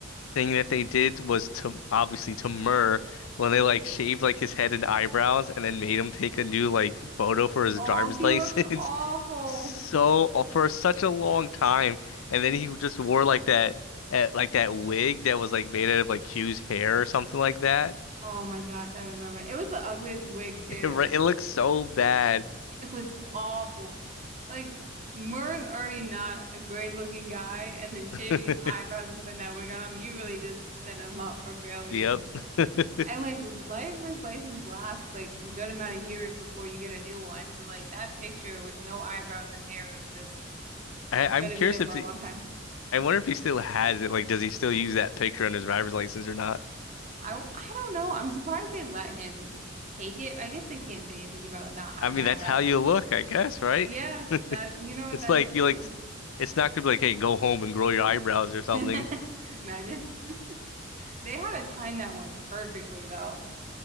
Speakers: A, on the left (about 80°); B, on the right (about 40°).
A: thing that they did was to obviously to Murr when they like shaved like his head and eyebrows and then made him take a new like photo for his
B: Oh,
A: driver's
B: he
A: license
B: looked awful.
A: <laughs> so uh, for such a long time, and then he just wore like that at like that wig that was like made out of like Q's hair or something like that. <laughs>
B: Oh my gosh, I remember. It was the ugliest wig too.
A: It, re- it looks so bad.
B: It was awful. Like Murr's already not a great looking guy, and then shaving
A: <laughs>
B: his eyebrows and putting that wig on him, you really just set him up for failure.
A: Yep. <laughs> I,
B: And like driver's license lasts like a good amount of years before you get a new one. So like that picture with no eyebrows and hair is just
A: I'm
B: gonna
A: curious
B: be there for
A: if he,
B: a long time.
A: I wonder if he still has it. Like, does he still use that picture on his driver's license or not?
B: I I don't know. I'm surprised they let him take it. I guess they can't say anything about not having
A: I mean,
B: eyebrows.
A: that's how you look, I guess, right?
B: Yeah,
A: <laughs>
B: that you know what,
A: It's
B: that
A: like
B: is true.
A: you like, it's not gonna be like, hey, go home and grow your eyebrows or something.
B: <laughs>
A: <laughs>
B: Imagine. <laughs> They had to time that one perfectly though.